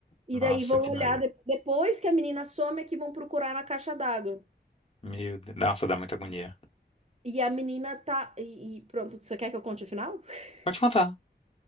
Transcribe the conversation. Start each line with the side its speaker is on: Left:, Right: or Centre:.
Right: E
Left: Nossa,
Right: daí vão
Left: que
Right: olhar
Left: nojo.
Right: de- depois que a menina some é que vão procurar na caixa d'água.
Left: Meu Deus. Nossa, dá muita agonia.
Right: E a menina tá. E, e pronto, você quer que eu conte o final? <laughs>
Left: Pode contar.